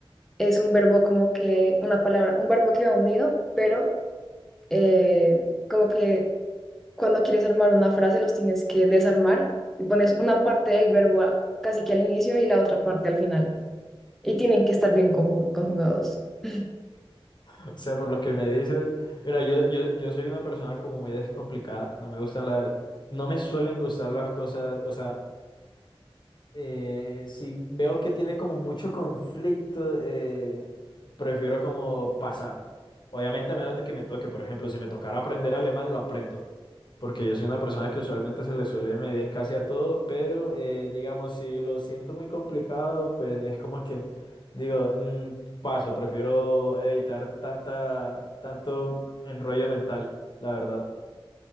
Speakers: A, in the centre; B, on the left.
A: es un verbo como que una palabra, un verbo que va unido, pero eh, como que cuando quieres armar una frase los tienes que desarmar y pones una parte del verbo a- casi que al inicio y la otra parte al final. Y tienen que estar bien conju- conjugados. <laughs>
B: O sea, por lo que me dices, mira, yo, yo, yo soy una persona como muy descomplicada, no me gustan las, no me suelen gustar las cosas, o sea, eh, si veo que tiene como mucho conflicto, eh, prefiero como pasar. Obviamente a menos de que me toque, por ejemplo, si me tocara aprender alemán, lo aprendo porque yo soy una persona que usualmente se le suele medir casi a todo, pero eh, digamos, si lo siento muy complicado, pues es como que digo, "Mm, paso, prefiero evitar tanta, tanto enrollo mental, la verdad.